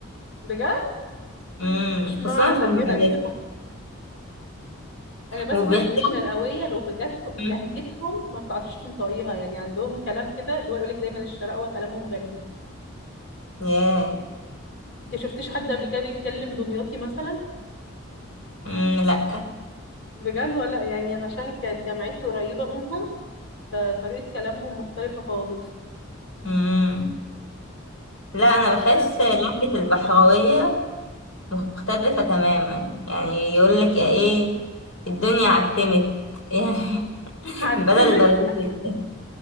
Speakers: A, on the left; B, on the left.
A: بجد
B: امم
A: اشمعنى
B: خصوصا في المقاييس
A: دي غريبة انا بسمع
B: وبيحكي
A: ان الشرقاوية لغتهم
B: مم.
A: لهجتهم ما بتعرفش تنطقيها يعني عندهم كلام كده اللي هو يقولك دايما الشرقاوة كلامهم غريب
B: ياه
A: انت شفتيش حد قبل كده بيتكلم دمياطي مثلا
B: مم، لا
A: بجد ولا يعني انا عشان كانت جامعتي قريبة منهم فطريقة كلامهم مختلفة خالص
B: مم. لا انا بحس
A: ده
B: لهجة البحراوية مختلفة تماما يعني يقول لك ايه الدنيا عتمت <laughs> يعني
A: هعتمك
B: بدل ضلمت